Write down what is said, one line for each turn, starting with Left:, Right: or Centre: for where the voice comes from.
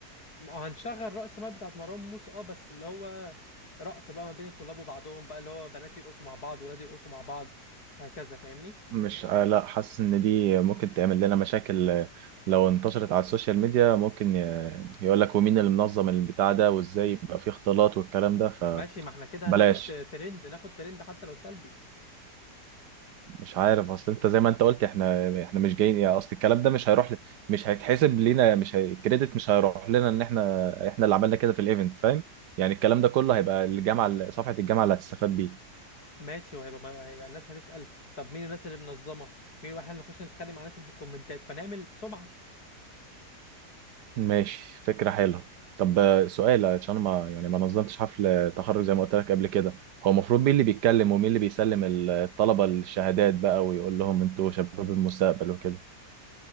Left: ما هنشغل رأس مال بتاعت مروان موسى اه بس اللي هو رقص بقى ما بين الطلاب وبعضهم بقى اللي هو بنات يرقصوا مع بعض ولاد يرقصوا مع بعض هكذا فاهمني
Right: مش آه لا حاسس ان دي ممكن تعمل لنا مشاكل آه، لو انتشرت على السوشيال ميديا ممكن يقول لك ومين اللي منظم البتاع ده وازاي يبقى فيه اختلاط والكلام ده
Left: ماشي ما احنا كده
Right: فبلاش
Left: هناخد ترند ناخد ترند حتى لو سلبي
Right: مش عارف اصل انت زي ما انت قلت احنا احنا مش جايين يعني اصل الكلام ده مش هيروح ل... مش هيتحسب لينا مش هي... الكريدت مش هيروح لنا ان احنا احنا اللي عملنا كده في الايفنت فاهم يعني الكلام ده كله هيبقى الجامعه صفحه الجامعه اللي هتستفاد بيه
Left: ماشي وهيبقى ما- هيبقى الناس هتسأل طب مين الناس اللي منظمة مين واحنا اللي نخش نتخانق مع الناس اللي في الكومنتات فنعمل سمعة
Right: ماشي فكره حلوه طب آه، سؤال عشان ما يعني ما نظمتش حفل تخرج زي ما قلت لك قبل كده هو المفروض مين اللي بيتكلم ومين اللي بيسلم الطلبه الشهادات بقى ويقول لهم انتوا شباب المستقبل وكده